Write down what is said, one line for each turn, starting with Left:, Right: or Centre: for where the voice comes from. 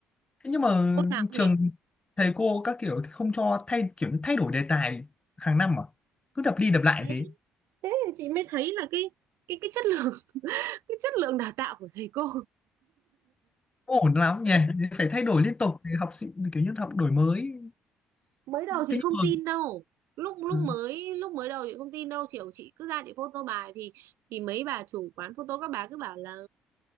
Left: Thế nhưng mà
Right: hôm nào cũng
Left: trường
Right: thế
Left: thầy cô các kiểu thì không cho thay kiểu như thay đổi đề tài hàng năm à cứ đập đi đập lại
Right: thế
Left: thế
Right: thế thì chị mới thấy là cái cái cái chất lượng <laughs> cái chất lượng đào tạo của thầy cô
Left: Không ổn lắm nhỉ phải thay đổi liên tục để học sinh kiểu như học đổi mới
Right: mới đầu chị
Left: thế nhưng
Right: không
Left: mà
Right: tin đâu lúc lúc
Left: ừ.
Right: mới lúc mới đầu chị không tin đâu kiểu chị cứ ra chị photo bài thì thì mấy bà chủ quán photo các bà cứ bảo là